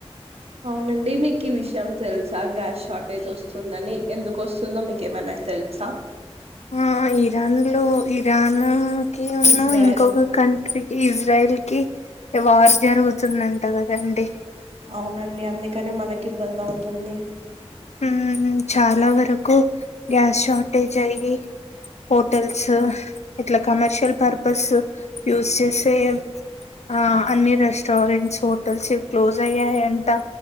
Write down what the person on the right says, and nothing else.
అవునండి మీకు ఈ విషయం తెలుసా గ్యాస్ షార్టేజ్ వస్తుందని ఎందుకు వస్తు సున్నమికి ఏమన్నాయితే తెల్సా
ఇస్రాయల్
అవునండి అందుకనే మనకి ఇబ్బంది అవుతుంది.